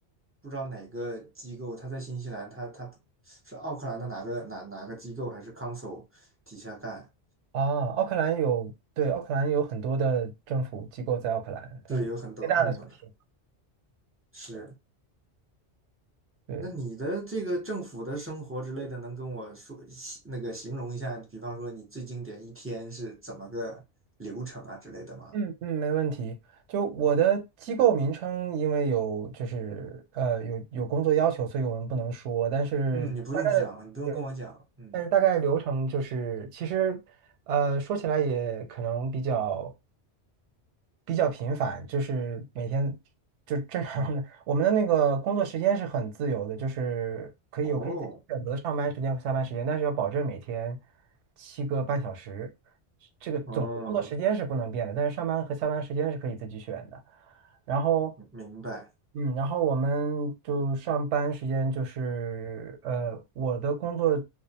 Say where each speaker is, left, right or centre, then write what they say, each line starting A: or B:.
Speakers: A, on the right; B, on the right.
A: 不知道哪个机构，他在新西兰，他他是奥克兰的哪个哪哪个机构还是 council 底下干？
B: 啊，奥克兰有，对，奥克兰有很多的政府机构在奥克兰，它是最大的城市
A: 对，有很多，嗯，是。
B: 是，对，
A: 那你的这个政府的生活之类的，能跟我说那个形容一下？比方说你最经典一天是怎么个流程啊之类的吗？
B: 嗯嗯，没问题。就我的机构名称，因为有就是呃有有工作要求，所以我们不能说，但是大概的。
A: 嗯，你不用讲，你不用跟我讲，
B: 对。
A: 嗯。
B: 但是大概流程就是，其实，呃，说起来也可能比较比较频繁，就是每天就正常的。我们的那个工作时间是很自由的，就是可以有可以自己选择上班时间和下班时间，
A: 哦，
B: 但是要保证每天七个半小时，这个总的工作时间是不能变的，
A: 哦，
B: 但是上班和下班时间是可以自己选的。然后
A: 明白。
B: 嗯，然后我们就上班时间就是，呃，我的工作